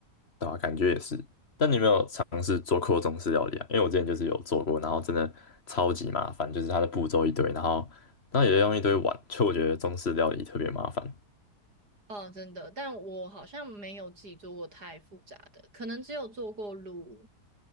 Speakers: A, on the left; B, on the right.
A: 对啊，感觉也是。但你有没有尝试做过中式料理啊？因为我之前就是有做过，然后真的超级麻烦，就是它的步骤一堆，然后然后也要用一堆碗，就我觉得中式料理特别麻烦。
B: 哦，真的，但我好像没有自己做过太复杂的，可能只有做过卤